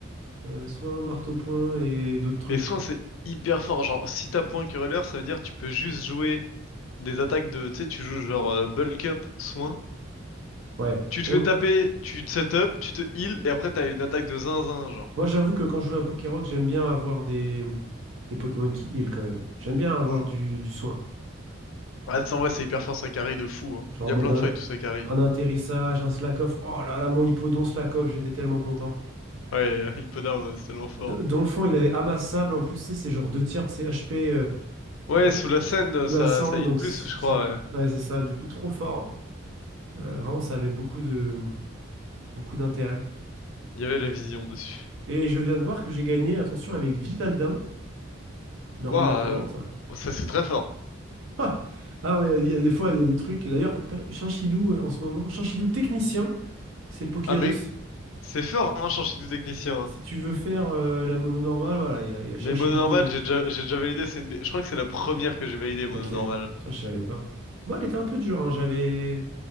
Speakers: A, on the right (about 75°); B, on the left (about 75°).
A: euh, soin, marteau-point et d'autres trucs,
B: Mais soin,
A: quoi.
B: c'est hyper fort. Genre, si t'as point querelleur, ça veut dire que tu peux juste jouer des attaques de. Tu sais, tu joues genre euh, bulk up, soin.
A: Ouais.
B: Tu te
A: Mais
B: fais
A: moi,
B: taper, tu te set up, tu te heal, et après t'as une attaque de zinzin, genre.
A: moi, j'avoue que quand je joue à Pokérock, j'aime bien avoir des, des Pokémon qui heal quand même. J'aime bien avoir
B: Hmm.
A: du, du soin.
B: Ouais, c'est- en vrai, c'est hyper fort, ça carry de fou. Hein.
A: Genre
B: Il
A: en
B: y
A: mode
B: a plein
A: un,
B: de fights où ça carry.
A: un atterrissage, un Slakoff. Oh là là, mon Hippodon Slakoff, j'étais tellement content.
B: Ouais, euh, Hippo Down, euh, c'est tellement fort.
A: de- Dans il avait amassable en plus, tu sais, c'est genre deux tiers de CHP euh,
B: Ouais,
A: euh,
B: sous la scène, euh,
A: sous
B: ça,
A: la cendre,
B: ça heal
A: donc
B: plus,
A: c-
B: je crois.
A: c'est
B: ouais.
A: ouais, c'est ça, du coup trop fort. Euh, vraiment, ça avait beaucoup de beaucoup d'intérêt.
B: Il y avait la vision dessus.
A: Et je viens de voir que j'ai gagné, attention, avec Vivaldin, normal
B: Waouh,
A: plante.
B: euh, ça c'est très fort.
A: Ah, alors, il y, a il y a des fois, il y a des trucs. D'ailleurs, pa- Chinchidou euh, en ce moment, Chinchidou technicien, c'est le Pokérus.
B: Ah, mais C'est fort, hein, changer de technicien. hein.
A: Si tu veux faire euh, la mono normale, voilà, il y a, il y a Chinchidou.
B: Mais mono normal,
A: euh.
B: j'ai déjà, j'ai déjà validé. C'est une des- Je crois que c'est la première que j'ai validée, mono
A: Ok,
B: normal.
A: ça je savais pas. Moi, elle était un peu dure, hein, j'avais